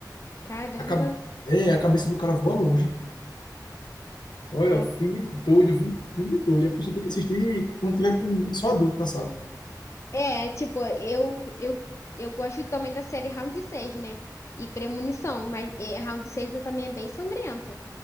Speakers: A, on the left (about 40°); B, on the left (about 80°).
A: Caramba,
B: A, ca- é, a cabeça do cara voa longe. Olha,
A: cara.
B: filme doido, vi- filme doido. A pessoa tem que assistir quando tiver com só adulto na sala.
A: É, tipo, eu, eu, eu gosto também da série Round 6, né? E Premonição, mas é, Round 6 também é bem sangrento.